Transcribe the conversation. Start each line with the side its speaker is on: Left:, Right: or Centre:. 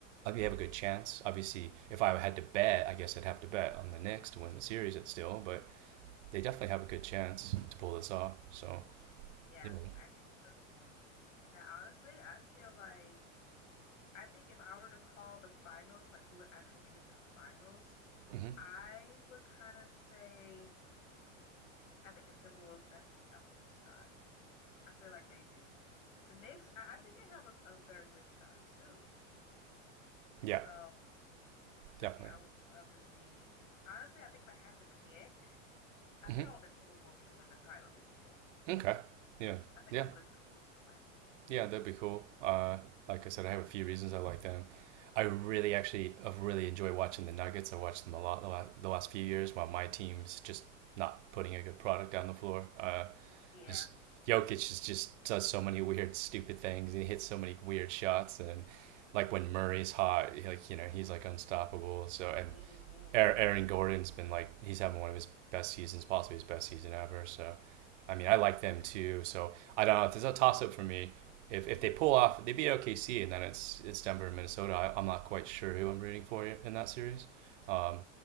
Right: like they have a good chance. Obviously, if I had to bet, I guess I'd have to bet on the Knicks to win the series. It's still, but they definitely have a good chance to pull this off. So,
Left: Yeah,
Right: You know,
Left: I think so too. Now, honestly, I feel like I think if I were to call the finals, like who would actually make it to the finals,
Right: hmm
Left: I would kind of say I think the Timberwolves definitely have a good shot. I feel like they do. The Knicks, I, I think they have a, a very good shot too. So,
Right: yeah, definitely.
Left: I mean, I would love to see. Honestly, I think if I had to pick, I think
Right: hmm
Left: I want the Timberwolves to win the title this year.
Right: Okay, yeah,
Left: I think
Right: yeah.
Left: I want the Timberwolves to win.
Right: Yeah, that'd be cool. Uh, like I said, I have a few reasons I like them. I really actually I really enjoy watching the Nuggets. I watched them a lot the la- the last few years while my team's just not putting a good product on the floor. Uh,
Left: Yeah.
Right: just Jokic just just does so many weird, stupid things, and he hits so many weird shots. And like when Murray's hot, like you know he's like unstoppable. So and
Left: hmm
Right: Er, Aaron Gordon's been like he's having one of his best seasons, possibly his best season ever. So I mean, I like them too. So I don't know. It's a toss up for me. If, if they pull off, they beat OKC, and then it's it's Denver and Minnesota. I, I'm not quite sure who I'm rooting for in that series. Um,